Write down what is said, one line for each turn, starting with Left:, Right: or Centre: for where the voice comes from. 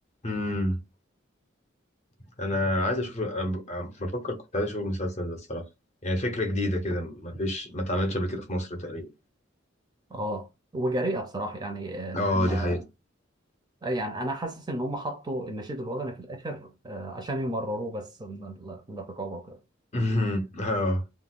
Left: امم أنا عايز أشوف أنا ب- أنا بفكر كنت عايز أشوف المسلسل ده الصراحة يعني فكرة جديدة كده ما فيش ما اتعملتش قبل كده في مصر تقريبا
Right: اه وجريئة بصراحة يعني آه،
Left: اه
Right: إن هم
Left: دي
Right: آه،
Left: حقيقة
Right: يعني أنا حاسس إن هم حطوا النشيد الوطني في الآخر آه، عشان يمرروه بس من ال- من الرقابة وكده
Left: <laughs> اه